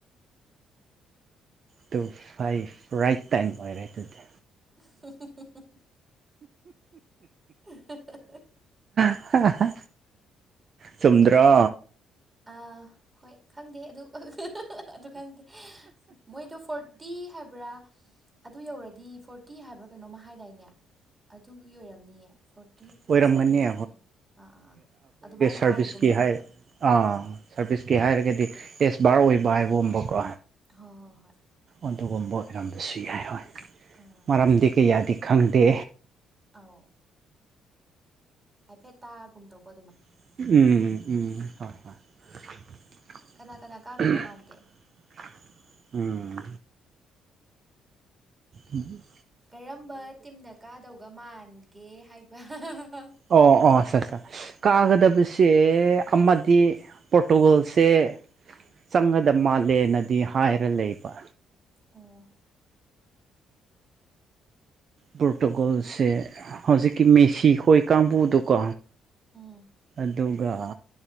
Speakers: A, on the right (about 45°); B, on the right (about 20°).
A: ꯇꯨ ꯐꯥꯏꯚ ꯔꯥꯏꯠ ꯇꯥꯏꯝ ꯑꯣꯏꯔꯦ ꯇꯨꯗꯤ
B: ꯍꯨꯡ ꯍꯨꯡ ꯍꯨꯡ ꯍꯨꯡ ꯑ ꯍꯍ ꯍ ꯍ
A: ꯍ ꯑꯍ ꯍ ꯆꯨꯝꯗ꯭ꯔꯣ
B: ꯑꯥ ꯍꯣꯏ ꯈꯪꯗꯦ ꯑꯗꯨ ꯑ ꯍꯍ ꯍ ꯍ ꯑꯗꯨ ꯈꯪꯗꯦ ꯃꯣꯏꯗꯣ ꯐꯣꯔꯇꯤ ꯍꯥꯏꯕ꯭ꯔꯥ ꯑꯗꯨ ꯌꯧꯔꯗꯤ ꯐꯣꯔꯇꯤ ꯍꯥꯏꯕ꯭ꯔꯥ ꯀꯩꯅꯣꯃ ꯍꯥꯏꯗꯥꯏꯅꯦ ꯑꯗꯨꯒꯤ ꯑꯣꯏꯔꯝꯅꯤꯌꯦ ꯐꯣꯔꯇꯤ
A: ꯑꯣꯏꯔꯝꯒꯅꯤ
B: ꯄ꯭ꯂꯁ ꯑꯣꯏꯗꯣꯏ ꯑꯣꯏꯔꯝꯅꯤ ꯑꯥ ꯑꯥ ꯑꯥ ꯑꯗꯨꯃꯥꯏꯅ
A: ꯁꯔꯚꯤꯁꯀꯤ
B: ꯇꯥꯈꯤꯒꯨꯝ ꯇꯧꯋꯦꯕ
A: ꯍꯥꯏ ꯑꯥ ꯁꯔꯚꯤꯁꯀꯤ ꯍꯥꯏꯔꯒꯗꯤ ꯑꯦꯁꯕꯥꯔ ꯑꯣꯏꯕ ꯍꯥꯏꯕꯒꯨꯝꯕꯀꯣ
B: ꯍꯣꯏ ꯍꯣꯏ ꯍꯣꯏ
A: ꯑꯗꯨꯒꯨꯝꯕ ꯑꯣꯏꯔꯝꯕꯁꯨ ꯌꯥꯏ ꯍꯣꯏ
B: ꯑꯥ
A: ꯃꯔꯝꯗꯤ ꯀꯌꯥꯗꯤ ꯈꯪꯗꯦ
B: ꯑꯥꯎ ꯍꯥꯏꯐꯦꯠꯇ ꯇꯥꯒꯨꯝꯗꯧꯕ
A: ꯎꯝ ꯎꯝ ꯍꯣꯏ ꯍꯣꯏ
B: ꯀꯅꯥ ꯀꯅꯥ ꯀꯥꯗꯧꯒ
A: ꯎꯍ
B: ꯃꯥꯟꯒꯦ
A: ꯎꯝ ꯎꯝ
B: ꯀꯔꯝꯕ ꯇꯤꯝꯅ ꯀꯥꯗꯧꯒ ꯃꯥꯟꯒꯦ ꯍꯥꯏꯕ ꯍꯥ ꯍꯥ
A: ꯑꯣ ꯑꯣ ꯑꯠꯆꯥ ꯑꯠꯆꯥ ꯀꯥꯒꯗꯕꯁꯦ ꯑꯃꯗꯤ ꯄꯣꯔꯇꯨꯒꯜꯁꯦ ꯆꯪꯒꯗꯕ ꯃꯥꯜꯂꯦꯅꯗꯤ ꯍꯥꯏꯔ ꯂꯩꯕ
B: ꯑꯣ
A: ꯄꯣꯔꯇꯨꯒꯣꯜꯁꯦ ꯍꯧꯖꯤꯛꯀꯤ ꯃꯦꯁꯤ ꯍꯣꯏ ꯀꯥꯡꯕꯨꯗꯨꯀꯣ
B: ꯎꯝ
A: ꯑꯗꯨꯒ